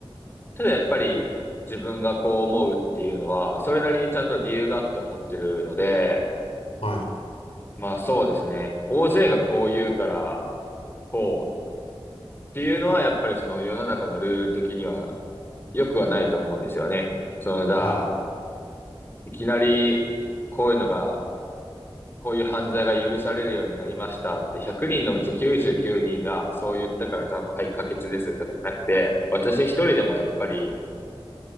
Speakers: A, on the left; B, on the left.
A: ただやっぱり自分がこう思うっていうのは、それなりにちゃんと理由があって思ってるので、
B: はい。
A: まあそうですね。大勢がこう言うから、こう、っていうのは、やっぱりその世の中のルール的には良くはないと思うんですよね。その、じゃあ、
B: はい。
A: いきなり、こういうのが、こういう犯罪が許されるようになりましたって、100人のうち99人がそう言ったから、じゃあもう、はい、可決ですとかじゃなくて、私一人でもやっぱり、